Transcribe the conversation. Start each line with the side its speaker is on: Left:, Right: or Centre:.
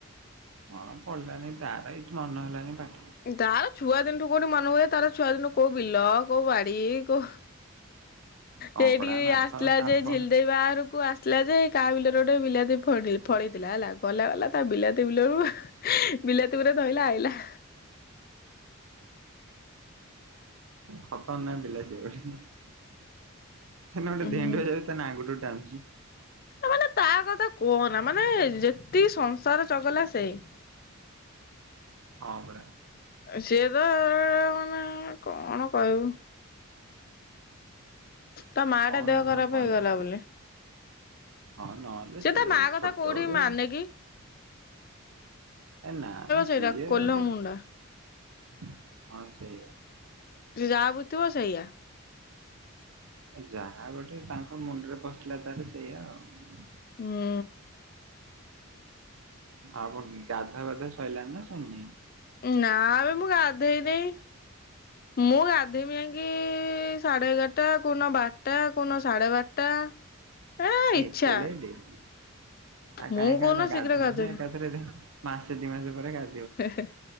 Right: ହଁ ପଡିଲାନି ତାର ଏଇ ମନ ହେଲାନି। ପା
Left: ତାର ଛୁଆ ଦିନଠୁ କୋଉଠି ମନେ ହୁଏ। ତାର ଛୁଆ ଦିନୁ କୋଉ ବିଲ କୋଉ ବାଡି କୋଉ
Right: କଙ୍କଡା
Left: ସେ ଏଇଠିକି
Right: ମାଛ
Left: ଆସିଥିଲା
Right: ସାପ
Left: ଯେ ଝିଲ ଦେଇ ବାହାଘରକୁ ଆସିଥିଲା ଯେ କାହା ବିଲରେ ଗୋଟେ ବିଲାତି କୋଉଠି ଫଳିଥିଲା ହେଲା ଗଲା କଲା ତା ବିଲାତି ବିଲରୁ ବିଲାତି ଗୁରା ଧଇଲା ଆଇଲା।
Right: ଖତର ନାକ ବିଲାତି ବାଡି। ସେଦନି
Left: ଉଁ
Right: ଧେଣ୍ଡୁଅଟାକୁ ତା ନାଙ୍ଗୁଡଟାକୁ ଟାଣୁଚି।
Left: ମାନେ ତା କଥା କୁହନା ମାନେ ଯେତିକି ସଂସାର ଚଗଲା ସେଇ।
Right: ହଁ ପରା।
Left: ସିଏ ତ ମାନେ କଣ କହିବୁ? ତା ମା
Right: କଣ
Left: ଟା ଦେହ
Right: ଏଟା
Left: ଖରାପ
Right: ଆଉ ତାକୁ କହିବି
Left: ହେଇଗଲା ବୋଲି?
Right: ହଁ ନହେଲେ
Left: ସେ
Right: ସିଏ
Left: ତା ମା କଥା
Right: ଛୋଟବେଳୁ
Left: କୋଉଠି ମାନେକି?
Right: ଏ ନା ନା
Left: ସେଇଟା
Right: ସିଏ
Left: କୋଲ
Right: ଗୋଟେ
Left: ମୁଣ୍ଡା।
Right: ହଁ ସେଇଆ।
Left: ସିଏ ଯାହାବୁଝିଥିବ ସେଇଆ।
Right: ଯାହା ଗୋଟେ ତାଙ୍କ ମୁଣ୍ଡରେ ପଶିଲା ତାର ସେଇଆ ଆଉ।
Left: ହୁଁ।
Right: ଆଉ କଣ ଗାଧୁଆ ପାଧୁଆ ସଇଲାଣିି ନା ଶରିନି।
Left: ନା ବେ ମୁଁ ଗାଧେଇନେଇ। ମୁଁ ଗାଧେଇମି ଯାଇକି ସାଢେ ଏଗାରଟା କୋଉଦୁନ ବାରଟା କୋଉଦିନ ସାଢେ ବାରଟା। ଏ
Right: ଆ
Left: ଇଚ୍ଛା
Right: ଏତେ ଲେଟ ଆଉ
Left: ମୁଁ
Right: କାଇଁ
Left: କୋଉଦିନ
Right: ଖାଲଟା ଗାଧେଇବନି
Left: ଶୀଘ୍ର ଗାଧେଇମି।
Right: ଏକାଥରେ ମାସେ ଦି ମାସ ପରେ ଗାଧେ
Left: ହେ ହେ